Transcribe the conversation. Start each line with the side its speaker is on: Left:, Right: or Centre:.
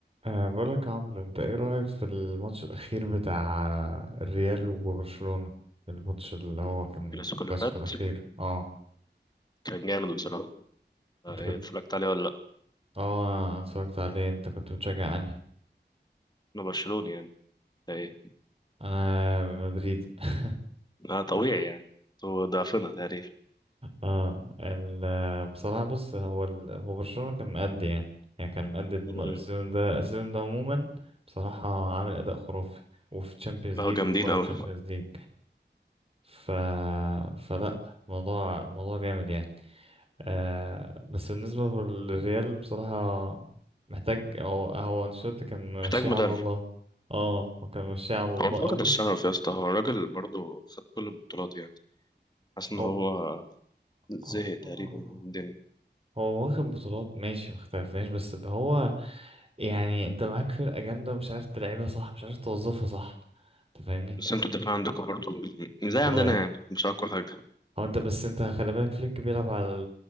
Right: أه بقولك يا عمرو انت ايه رأيك في الماتش الأخير بتاع الريال وبرشلونة الماتش اللي هو كان
Left: الكلاسيكو
Right: الكلاسيكو
Left: اللي فات
Right: الأخير اه
Left: كان جامد بصراحة آه،
Right: انت كنت
Left: ايه اتفرجت عليه ولا لأ؟
Right: اه أنا اتفرجت عليه انت كنت بتشجع انهي
Left: أنا برشلوني يعني ده ايه
Right: انا مدريدي <laughs>
Left: آه طبيعي يعني هو ضعفنا تقريبا
Right: اه ال بصراحة بص هو ال... هو برشلونة كان مأدي يعني يعني كان مأدي الم-
Left: م-م.
Right: السيزون ده السيزون ده عموما بصراحة عامل أداء خرافي وفي تشامبيونز ليج
Left: هو جامدين
Right: وبره
Left: أوي
Right: تشامبيونز ليج ف... فلا الموضوع الموضوع جامد يعني آه بس بالنسبة للريال بصراحة محتاج هو هو أنشيلوتي كان ماشي
Left: محتاج
Right: على
Left: مدرب
Right: الله اه هو كان ماشي على الله
Left: هو فقد
Right: قوي
Left: الشغف يا اسطى هو الراجل برضه خد كل البطولات يعني حاسس إن
Right: هو
Left: هو زهق
Right: هو
Left: تقريبا
Right: آه،
Left: من الدنيا
Right: هو واخد بطولات ماشي ما اختلفناش بس اللي هو يعني انت معاك فرقة جامدة ومش عارف تلعبها صح مش عارف توظفها صح انت فاهمني
Left: بس انتوا الدفاع عندكم برضه زي عندنا
Right: ضايع
Left: يعني مش أقوى حاجة
Right: هو انت بس انت خلي بالك فليك بيلعب على